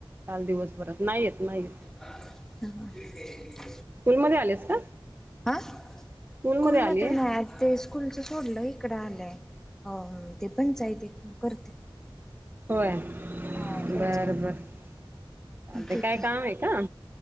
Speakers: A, on the right; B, in the centre.
A: काल दिवसभरात नाही येत नाही येत
B: ह
A: स्कूलमध्ये आलेस का?
B: हा
A: स्कूलमध्ये
B: स्कूल
A: आलीय
B: मध्ये नाही आज ते कुलच सोडलं इकडं आलंय अ ते पंचायित करते
A: होय
B: हा पंचायती
A: बर बर ते
B: तिथे
A: काय काम आहे का